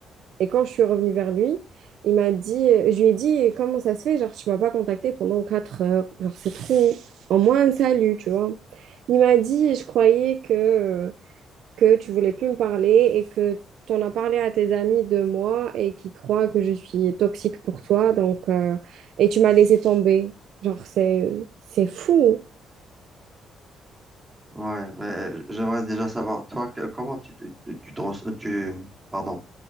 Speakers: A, on the right (about 75°); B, on the right (about 20°).
A: Et quand je suis revenue vers lui, il m'a dit, euh, je lui ai dit, comment ça se fait? Genre, tu ne m'as pas contacté pendant 4 heures. Genre, c'est trop. En moins un salut, tu vois. Il m'a dit, je croyais que, que tu ne voulais plus me parler et que tu en as parlé à tes amis de moi et qui croient que je suis toxique pour toi. Donc, euh, et tu m'as laissé tomber. Genre, c'est, c'est fou.
B: Ouais, mais euh, j'aimerais déjà savoir, toi, que- comment tu, te- tu, tu te res- tu- pardon,